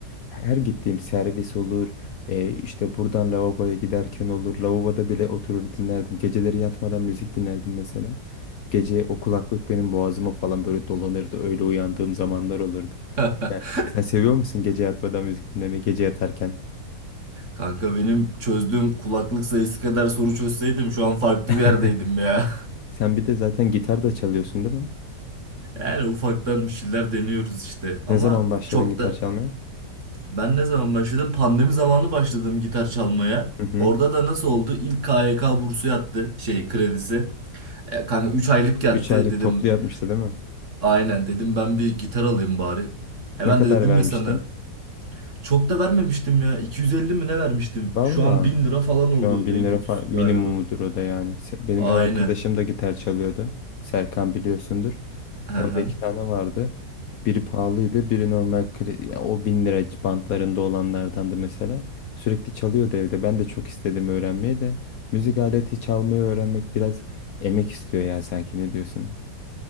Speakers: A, on the left (about 65°); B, on the right (about 45°).
A: her gittiğim servis olur e, işte buradan lavaboya giderken olur lavaboda bile oturur dinlerdim geceleri yatmadan müzik dinlerdim mesela Gece o kulaklık benim boğazıma falan böyle dolanırdı. Öyle uyandığım zamanlar olurdu.
B: <laughs>
A: Ya, sen seviyor musun gece yatmadan müzik dinlemeyi, gece yatarken?
B: Kanka benim çözdüğüm kulaklık sayısı kadar soru çözseydim şu an farklı
A: <laughs>
B: bir yerdeydim ya. <laughs>
A: Sen bir de zaten gitar da çalıyorsun değil mi?
B: Yani ufaktan bir şeyler deniyoruz işte. Ama
A: Ne zaman başladın
B: çok
A: gitar
B: da
A: çalmaya?
B: ben ne zaman başladım? Pandemi zamanı başladım gitar çalmaya.
A: Hı hı.
B: Orada da nasıl oldu? İlk KYK bursu yattı şey kredisi. E, kanka 3 aylık yattı
A: 3 aylık
B: dedim.
A: toplu yatmıştı değil mi?
B: Aynen dedim ben bir gitar alayım bari. Hemen
A: Ne kadar
B: de dedim
A: vermiştin?
B: ya sana çok da vermemiştim ya. 250 mi ne vermiştim?
A: Valla.
B: Şu an 1000 lira falan
A: Şu
B: oldu
A: an 1000
B: en
A: lira
B: kötüsü
A: fa- minimumudur
B: galiba.
A: o da yani. Se- Benim
B: Aynen.
A: ev arkadaşım da gitar çalıyordu. Serkan biliyorsundur.
B: <laughs>
A: Onda iki tane vardı. Biri pahalıydı, biri normal kre- ya o bin lira bantlarında olanlardandı mesela. Sürekli çalıyordu evde. Ben de çok istedim öğrenmeyi de. Müzik aleti çalmayı öğrenmek biraz emek istiyor ya sanki ne diyorsun?